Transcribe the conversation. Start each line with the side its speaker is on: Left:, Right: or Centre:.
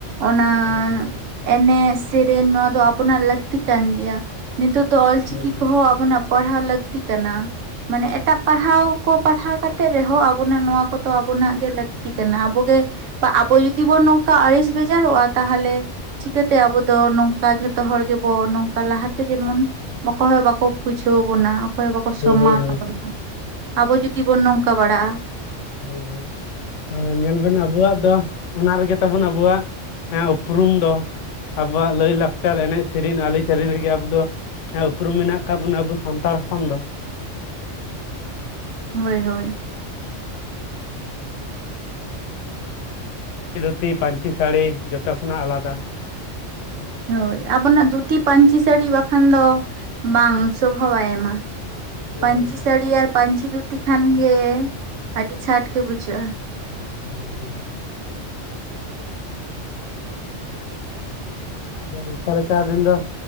Right: ᱚᱱᱟ
Left: ᱦᱳᱭ
Right: ᱮᱱᱮᱡ ᱥᱮᱨᱮᱱ ᱱᱚᱣᱟ ᱫᱚ ᱟᱵᱚᱱᱟᱜ ᱞᱟᱹᱠᱛᱤ ᱠᱟᱱ ᱜᱮᱭᱟ᱾ ᱱᱤᱛᱳᱜ ᱫᱚ ᱚᱞᱪᱤᱠᱤ
Left: ᱦᱳᱭ ᱦᱳᱭ
Right: ᱠᱚᱦᱚᱸ ᱟᱵᱚᱱᱟᱜ ᱯᱟᱲᱦᱟᱣ ᱞᱟᱹᱠᱛᱤ ᱠᱟᱱᱟ᱾ ᱢᱟᱱᱮ ᱮᱴᱟᱜ ᱯᱟᱲᱦᱟᱣ ᱠᱚ ᱯᱟᱲᱦᱟᱣ ᱠᱟᱛᱮᱜ ᱨᱮᱦᱚᱸ ᱟᱵᱚᱱᱟᱜ ᱱᱚᱣᱟ ᱠᱚᱫᱚ ᱟᱵᱚᱱᱟᱜ ᱜᱮ ᱞᱟᱹᱠᱛᱤ ᱠᱟᱱᱟ ᱟᱵᱚᱜᱮ ᱟᱵᱚ ᱡᱩᱫᱤ ᱵᱚᱱ ᱱᱚᱝᱠᱟ ᱟᱹᱲᱤᱥ ᱵᱷᱮᱡᱟᱨᱚᱜ-ᱟ ᱛᱟᱦ ᱞᱮ ᱪᱤᱠᱟᱹᱛᱮ ᱟᱵᱚ ᱫᱚ ᱱᱚᱝᱠᱟ ᱡᱷᱚᱛᱚ ᱦᱚᱲ ᱜᱮᱵᱚ ᱱᱚᱝᱠᱟ ᱞᱟᱦᱟᱛᱮ ᱡᱮᱢᱚᱱ ᱚᱠᱚᱭ ᱦᱚᱸ ᱵᱟᱠᱚ ᱵᱩᱡᱷᱟᱹᱣ ᱵᱚᱱᱟ ᱚᱠᱚᱭ ᱵᱟᱠᱚ ᱥᱚᱢᱢᱟᱱ
Left: ᱦᱳᱭ ᱦᱳᱭ
Right: ᱟᱵᱚᱱᱟ
Left: ᱦᱳᱭ
Right: ᱟᱵᱚ ᱡᱩᱫᱤ ᱵᱚᱱ ᱱᱚᱝᱠᱟ ᱵᱟᱲᱟᱜ-ᱟ᱾
Left: ᱦᱳᱭ ᱦᱳᱭ ᱧᱮᱞ ᱵᱮᱱ ᱟᱵᱚᱣᱟᱜ ᱫᱚ ᱚᱱᱟ ᱨᱮᱜᱮ ᱛᱟᱵᱚᱱ ᱟᱵᱚᱣᱟᱜ ᱩᱯᱨᱩᱢ ᱫᱚ᱾ ᱟᱵᱚᱣᱟᱜ ᱞᱟᱹᱭ ᱞᱟᱠᱪᱟᱨ ᱮᱱᱮᱡ ᱥᱮᱨᱮᱱ ᱟᱹᱞᱤᱪᱟᱹᱞᱤ ᱨᱮᱜᱮ ᱟᱵᱚᱞᱽ ᱫᱚ ᱦᱮᱸ ᱩᱯᱨᱩᱢ ᱢᱮᱱᱟᱜ ᱟᱠᱟᱫ ᱵᱚᱱᱟ ᱟᱵᱚ ᱥᱟᱱᱛᱟᱲ ᱦᱚᱯᱚᱱ ᱫᱚ,
Right: ᱦᱳᱭ ᱦᱳᱭ
Left: ᱪᱤ ᱫᱷᱩᱛᱤ ᱯᱟᱹᱧᱪᱤ ᱥᱟᱹᱲᱤ ᱡᱚᱛᱚ ᱠᱷᱚᱱᱟᱜ ᱟᱞᱟᱫᱟ,
Right: ᱦᱳᱭ ᱟᱵᱚᱱᱟᱜ ᱫᱷᱩᱛᱤ ᱯᱟᱹᱧᱪᱤ ᱥᱟᱹᱲᱤ ᱵᱟᱠᱷᱟᱱ ᱫᱚ ᱵᱟᱝ ᱥᱚᱵᱷᱟ ᱵᱟᱭ ᱮᱢᱟ᱾
Left: ᱦᱳᱭ
Right: ᱯᱟᱹᱧᱪᱤ
Left: ᱦᱳᱭ ᱦᱳᱭ
Right: ᱥᱟᱹᱲᱤ ᱟᱨ ᱯᱟᱹᱧᱪᱤ ᱫᱷᱩᱛᱤ ᱠᱷᱟᱱᱜᱮ ᱟᱹᱰᱤ ᱪᱷᱟᱴ ᱜᱮ ᱵᱩᱡᱷᱟᱹᱜ-ᱟ᱾
Left: <unintelligible> ᱟᱫᱚ ᱚᱝᱠᱟᱮ ᱞᱮᱠᱟ ᱟᱵᱤᱱ ᱫᱚ